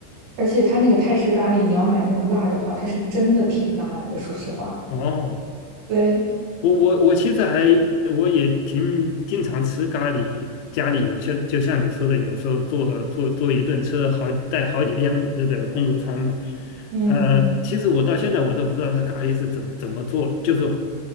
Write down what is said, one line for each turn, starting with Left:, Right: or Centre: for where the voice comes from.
Right: 而且它那个泰式咖喱，你要买那种辣的话，它是真的挺辣的，说实话。
Left: 哦
Right: 对，
Left: 我我我其实还我也挺经常吃咖喱，家里有些就像你说的，有时候做做做一顿吃好带好几天这个工作餐嘛。
Right: 嗯，
Left: 呃，其实我到现在我都不知道它咖喱是怎么怎么做，就是